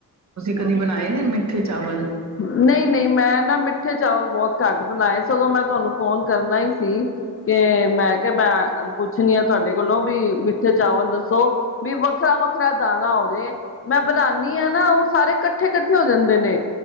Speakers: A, on the right (about 50°); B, on the left (about 40°).
A: ਕਦੀ ਬਣਾਏ ਨੇ ਮਿੱਠੇ ਚਾਵਲ
B: ਨਹੀਂ ਨਹੀਂ ਮੈਂ ਨਾ ਮਿੱਠੇ ਚਾਵਲ ਬਹੁਤ ਘੱਟ ਬਣਾਏ ਸਗੋਂ ਮੈਂ ਤੁਹਾਨੂੰ ਫੋਨ ਕਰਨਾ ਹੀ ਸੀ ਕਿ ਮੈਂ ਕਿਹਾ ਮੈਂ ਪੁੱਛਣੀ ਆ ਤੁਹਾਡੇ ਕੋਲੋਂ ਵੀ ਮਿੱਠੇ ਚਾਵਲ ਦੱਸੋ ਵੀ ਵੱਖਰਾ ਵੱਖਰਾ ਦਾਣਾ ਹੋਵੇ ਮੈਂ ਬਣਾਉਾਨਦੀ ਹਾਂ ਨਾ ਉਹ ਸਾਰੇ ਕੱ ਇਕੱਠੇ ਇਕੱਠੇ ਹੋ ਜਾਂਦੇ ਨੇ